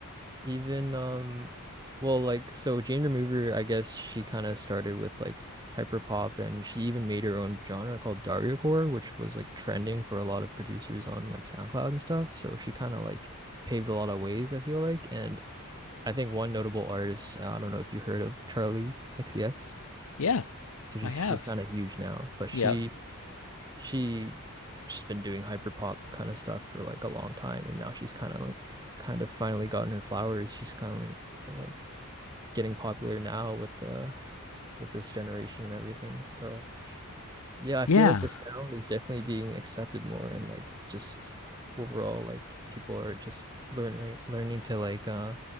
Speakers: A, on the right (about 20°); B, on the left (about 75°).
A: Even um well like so Jane Remover, I guess she kind of started with like hyperpop and she even made her own genre called Dariocore, which was like trending for a lot of producers on like SoundCloud and stuff. So she kind of like paved a lot of ways, I feel like. And I think one notable artist, uh, I don't know if you heard of Charlie XCX.
B: Yeah.
A: She's
B: I have.
A: she's kind of huge now, but she
B: Yep.
A: she she's been doing hyperpop kind of stuff for like a long time and now she's kind of like kind of finally gotten her flowers. She's kind of like getting popular now with the with this generation and everything. So yeah, I
B: Yeah.
A: feel like the sound is definitely being accepted more and like just overall like people are just learning learning to like uh